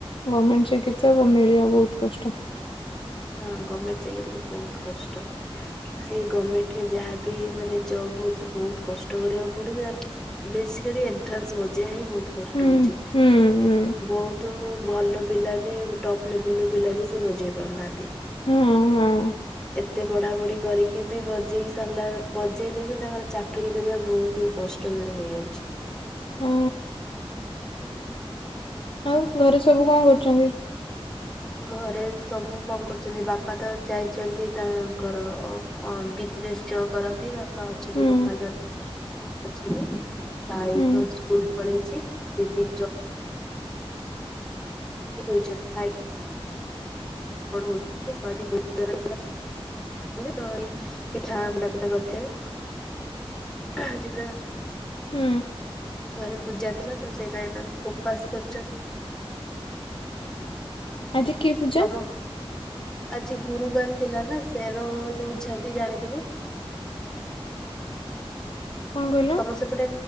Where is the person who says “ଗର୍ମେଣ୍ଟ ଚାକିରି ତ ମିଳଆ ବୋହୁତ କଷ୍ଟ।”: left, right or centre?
Left